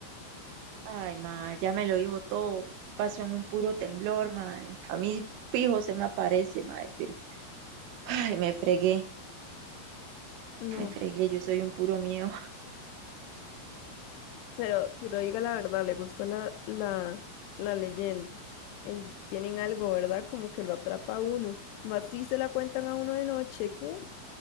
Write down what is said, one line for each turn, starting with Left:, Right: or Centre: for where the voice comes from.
Right: Ay, mae, ya me lo dijo todo. Pasó en un puro temblor, mae. A mí fijo se me aparece, mae, pero ay, me fregué,
Left: No.
Right: me fregué, yo soy un puro miedo.
Left: Pero, pero diga la verdad, le gustó la, la, la leyenda. Ellos tienen algo, ¿verdad? Como que lo atrapa a uno. Más si se la cuentan a uno de noche, ¿qué?